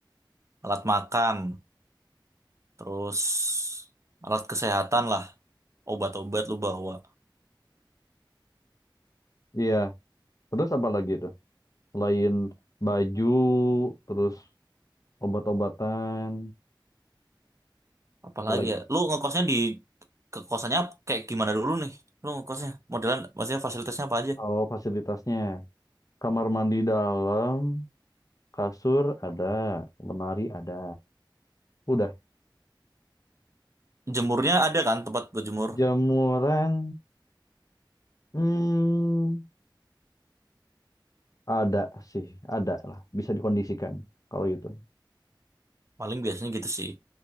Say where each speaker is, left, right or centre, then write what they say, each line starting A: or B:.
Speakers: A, on the right; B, on the left.
A: alat makan. Terus alat kesehatan lah, obat-obat lu bawa.
B: Iya, terus apa lagi tuh? Selain baju, terus obat-obatan,
A: Apalagi
B: apa lagi?
A: ya, lu ngekosnya di ke kosannya kayak gimana dulu nih? Lu ngekosnya modelan, maksudnya fasilitasnya apa aja?
B: Oh, fasilitasnya. Kamar mandi dalam, Kasur ada, lemari ada. Udah.
A: Jemurnya ada kan tempat berjemur?
B: Jemuran, hmm, ada sih, ada lah. Bisa dikondisikan kalau itu.
A: Paling biasanya gitu sih.